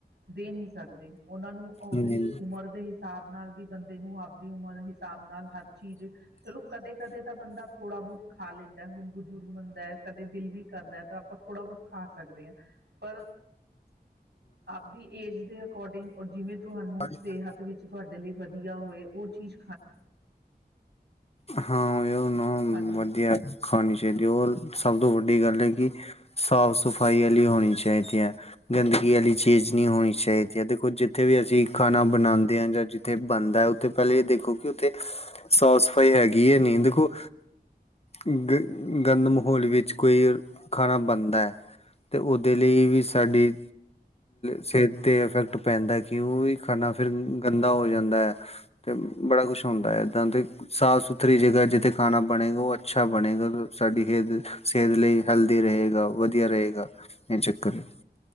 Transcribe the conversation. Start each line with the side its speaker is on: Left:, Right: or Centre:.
Right: ਦੇ ਨੀ ਸਕਦੇ, ਓਨਾਂ ਨੂੰ ਓਦੀ
Left: ਹਮ
Right: ਉਮਰ ਦੇ ਹਿਸਾਬ ਨਾਲ ਵੀ ਬੰਦੇ ਨੂੰ, ਆਪਦੀ ਉਮਰ ਹਿਸਾ ਹਿਸਾਬ ਨਾਲ ਹਰ ਚੀਜ, ਚਲੋ ਕਦੇ-ਕਦੇ ਤਾਂ ਬੰਦਾ ਥੋੜਾ ਬੋਤ ਖਾ ਲੈਂਦੈ ਹੂਨ ਬਜੁਰੁਗ ਬਣਦਾ ਐ, ਕਦੇ ਦਿਲ ਵੀ ਕਰਦੈ, ਤਾਂ ਆਪਾਂ ਥੋੜਾ ਬੋਤ ਖਾ ਸਕਦੇ ਆਂ, ਪਰ ਆਪਦੀ ਏਜ ਦੇ ਐਕੋਰਡਿੰਗ ਔਰ ਜਿਵੇਂ ਤੂਹਾਨੂੰ
Left: ਹਮ
Right: ਸੇਹਤ ਵਿੱਚ ਤੂਆਡੇ ਲਈ ਵਦੀ ਦੀਆ ਹੋਏ ਓ ਚੀਜ
Left: ਹਾਂ ਓਏ ਨਾ
Right: ਸਾਨੂੰ
Left: ਵਦੀਐ। ਖਾਣੀ ਚਾਈਦੀ, ਓਲ ਸਬ ਤੋਂ ਵੱਡੀ ਗੱਲ ਏ ਕਿ ਸਾਫ਼ ਸਫ਼ਾਈ ਆਲੀ ਹੋਣੀ ਚਾਈਦੀ ਐ। ਗੰਦਗੀ ਆਲੀ ਚੀਜ ਨੀ ਹੋਣੀ ਚਾਈਦੀ ਐ, ਦੇਖੋ ਜਿੱਥੇ ਵੀ ਅਸੀ ਖਾਨਾ ਬਨਾਂਦੇ ਆਂ ਜਾਂ ਜਿ ਥੇ ਬਨਦੈ ਉਥੇ ਪੈਲੇ ਏ ਦੇਖੋ ਕਿ ਉਥੇ ਸਾਫ਼ ਸਫ਼ਾਈ ਹੈਗੀ ਐ ਨਹੀ ਦੇਖੋ ਗ ਗੰਦ ਮਹੌਲ ਵਿੱਚ ਕੋਈ ਖਾਣਾ ਬਣਦੈ ਤੇ ਓਦੇ ਲਈ ਵੀ ਸਾਡੀ ਸੇਹਤ ਤੇ ਅਫੈਕਟ ਪੈਂਦੈ ਕਿ ਉ ਈ ਖਾਨਾ ਫੇਰ ਗੰਦਾ ਹੋ ਜਾਂਦੈ। ਤੇ ਬੜਾ ਕੁੱਛ ਹੋਂਦੈ ਏਦਾਂ ਤੇ ਸਾਫ਼ ਸੁਥਰੀ ਜਗਾ ਜਿੱਥੇ ਖਾਣਾ ਬਣੇਗਾ ਓ ਅੱਛਾ ਬਣੇਗਾ ਸਾਡੀ ਸੇਤ ਸੇਤ ਲਈ ਹੈਲਦੀ ਰਹੇਗਾ, ਵਦੀਆ ਰਏਗਾ, ਏ ਚੱਕਰ ਏ।